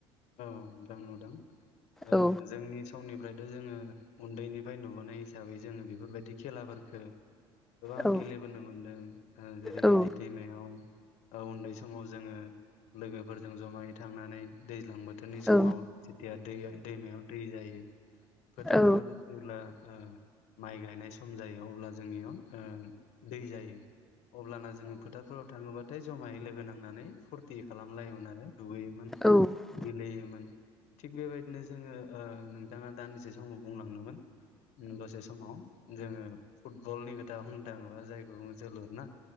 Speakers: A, on the left; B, in the centre.
A: औ दं नुदों ओ
B: औ
A: जोंनि समनिफ्रायथ' जोङो उनदैनिफाय नुबोनाय हिसाबै जोङो बिफोरबायदि खेलाफोरफोरखो गोबां
B: औ
A: गेलेबोनो मोनदों ओ जेरैबायदि
B: औ
A: दैमायाव ओ उनदै समाव जोङो लोगोफोरजों जमायै थांनानै दैज्लां बो उनदै समाव
B: औ
A: जेतिया दै दैमायाव दै जायो फोथाराव
B: औ
A: जेब्ला ओ माइ गायनाय सम जायो अब्ला जोंनियाव ओ दै जायो अब्लाना जोङो फोथारफोराव थाङोबाथाय ज'मायै लोगो नांनानै फुर थि खालामलायोमोन आरो दुगैयोमोन,
B: औ
A: गेलेयोमोन थिग बेबायदिनो जोङो ओ नोंथाङा दानदिसे समाव बुंलांदोमोन ओम दसे समाव जोङो फुटबलनि खोथा बुंनो थाङोबा जायखौ जोलुर ना